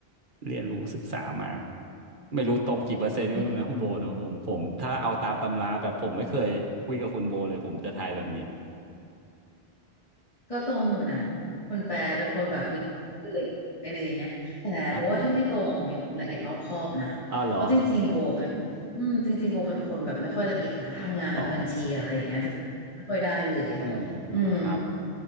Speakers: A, on the right; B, on the left.
A: เรียนรู้ศึกษามาไม่รู้ตรงกี่เปอร์เซ็นต์ก็ไม่รู้นะคุณโบแต่ผมผมถ้าเอาตามตำราแบบผมไม่เคยคุยกับคุณโบเลยผมจะทายแบบนี้
B: อืม ก็ตรงอยู่นะคุณแฟร์เป็นคนแบบมีความเล็กอะไรอย่างเงี้ยแต่โบว่าที่ไม่ตรงอะมีความละเอียดรอบคอบนะเพราะจริงๆโบเป็นอืมจริงๆโบเป็นคนแบบไม่ค่อยละเอียดนะทำงานแบบบัญชีอะไรอย่างเงี้ยจะไม่ค่อยได้เลย
A: <laughs> อ่ะอ้าวเหรออ๋อเออ
B: อืม
A: ครับ